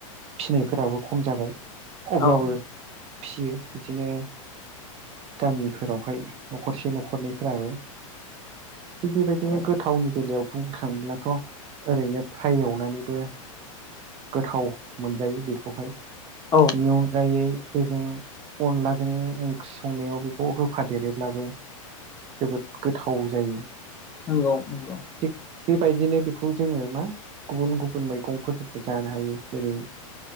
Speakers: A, on the right; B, on the left.
A: फिनायफोराबो खम जाबाय अब्लाबो
B: औ
A: फियो बिदिनो गामिफोरावहाय न'खरसे न'ख खरनैफोराबो थिग बेबायदिनो
B: औ
A: गोथावनि बेलायाव बुंनो थाङोब्लाथ ओरैनो फ्राय एवनानैबो गोथाव मोनजायो बेखौहाय
B: औ
A: बेनि अनगायै बेजों अनलाजों ओंख्रि संनायाव बेखौ होफादेरोब्लाबो जोबोद गोथाव जायो
B: नंगौ नंगौ
A: थिग बेबायदिनो बेखौ जोङो मा गुबुन गुबुन मैगंफोरजोंबो जानो हायो जेरै